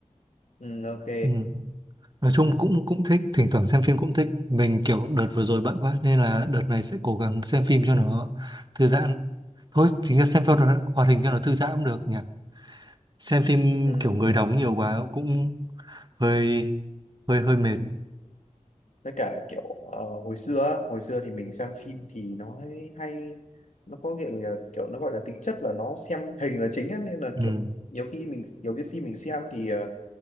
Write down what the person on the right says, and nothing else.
ừ. nói chung cũng cũng thích thỉnh thoảng xem phim cũng thích mình kiểu đợt vừa rồi bận quá nên là đợt này sẽ cố gắng xem phim cho nó thư giãn thôi chính là xem phim hoạt hoạt hình cho nó thư giãn cũng được nhỉ xem phim
kiểu người đóng nhiều quá cũng hơi hơi hơi mệt
ừ.